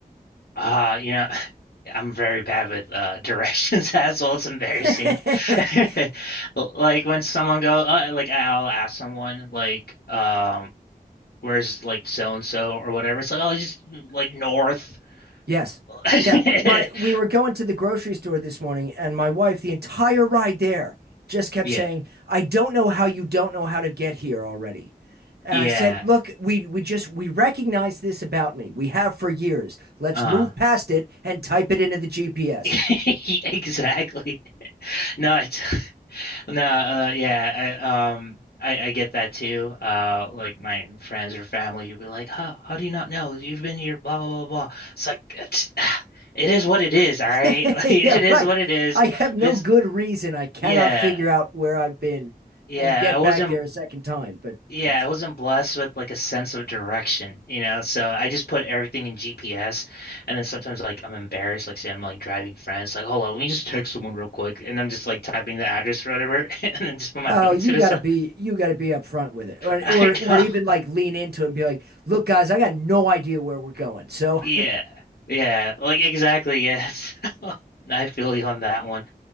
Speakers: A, on the left; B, on the right.
A: Uh, you know, <laughs> I'm very bad with uh directions <laughs> as well. It's embarrassing.
B: <laughs>
A: <laughs> Like when someone go, uh, like I'll ask someone like, um, where's like so and so or whatever. It's like, oh, just like north.
B: Yes.
A: <laughs>
B: Yeah. My we were going to the grocery store this morning and my wife the entire ride there just kept
A: Yeah,
B: saying, "I don't know how you don't know how to get here already." And
A: yeah.
B: I said, "Look, we we just we recognize this about me. We have for years. Let's
A: Uh,
B: move past it and type it into the GPS."
A: <laughs> exactly. No, it's No, uh, yeah, I, um, I, I get that too. Uh, like my friends or family, you'd be like, "Huh? How do you not know? You've been here, blah blah blah blah." It's like it's, <sighs> it is what it is, all
B: <laughs>
A: right. <laughs> Like, it
B: Yeah,
A: is
B: right.
A: what it is.
B: I have no
A: This,
B: good reason I cannot
A: yeah,
B: figure out where I've been
A: yeah.
B: and get
A: I wasn't,
B: back there a second time, but
A: yeah,
B: that's
A: I wasn't blessed with like a sense of direction, you know. So I just put everything in GPS, and then sometimes like I'm embarrassed, like say I'm like driving friends, like, "Hold on, let me just text someone real quick," and I'm just like typing the address or whatever, <laughs> and then just put my
B: Oh,
A: phone
B: you
A: to the
B: gotta
A: side
B: be you gotta be upfront with it, or
A: <laughs> I
B: or or
A: know.
B: even like lean into it and be like, "Look, guys, I got no idea where we're going." So,
A: Yeah. Yeah. Like exactly. Yes. <laughs> I feel you on that one.